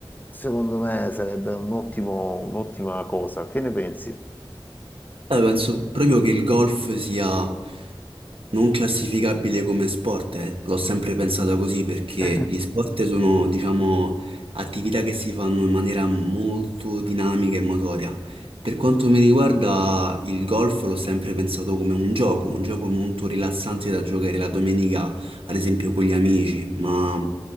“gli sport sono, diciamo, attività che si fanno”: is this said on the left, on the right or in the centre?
Right